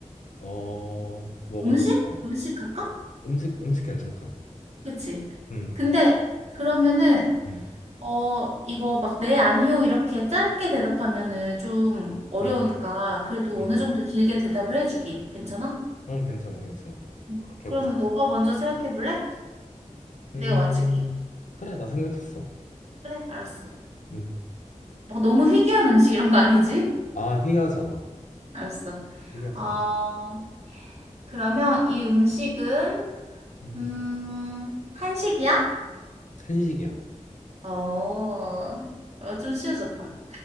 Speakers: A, on the left; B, on the right.
A: 어, 뭐가
B: 음식?
A: 좋을까?
B: 음식 할까?
A: 음식, 음식 괜찮다.
B: 그치?
A: 음,
B: 근데 그러면은
A: 음,
B: 어 이거 막 네, 아니요 이렇게 짧게 대답하면은 좀 어려우니까
A: 음,
B: 그래도
A: 음.
B: 어느 정도 길게 대답을 해주기. 괜찮아?
A: 어, 괜찮아, 괜찮아.
B: 응.
A: 그렇게
B: 그러면
A: 해보자.
B: 너가 먼저 생각해 볼래?
A: 음,
B: 내가 맞힐게.
A: 그래, 나 생각했어.
B: 그래, 알았어.
A: 음.
B: 막 너무 희귀한 음식 이런 거 아니지?
A: 아, 희귀하지 않아.
B: 알았어.
A: 희귀하지
B: 어,
A: 않아.
B: 그러면 이 음식은
A: 음,
B: 음, 한식이야?
A: 한식이야.
B: 어, 어, 좀 쉬워졌다.